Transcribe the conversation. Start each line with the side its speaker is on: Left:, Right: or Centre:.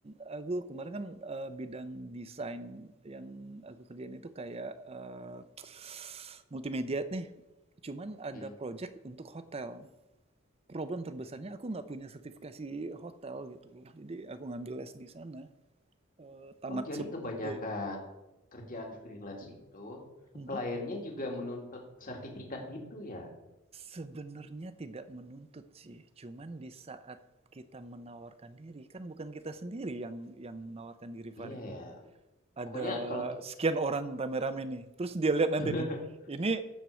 Right: aku kemarin kan eh, bidang desain yang aku kerjain itu kayak eh, multimedia nih, cuman ada
Left: Mm.
Right: project untuk hotel. Problem terbesarnya aku nggak punya sertifikasi hotel gitu loh, jadi aku ngambil les di sana. Eh, tamat
Left: Oh, jadi
Right: se-
Left: kebanyakan
Right: iya.
Left: kerjaan freelance itu
Right: Mhm.
Left: kliennya juga menuntut sertifikat gitu ya?
Right: Sebenarnya tidak menuntut sih, cuman di saat kita menawarkan diri, kan bukan kita sendiri yang yang menawarkan diri, Fahri.
Left: Iya ya.
Right: Ada
Left: Pokoknya kalau
Right: sekian orang rame-rame nih, terus dia lihat nanti
Left: <laughs>
Right: nih, <laughs> ini,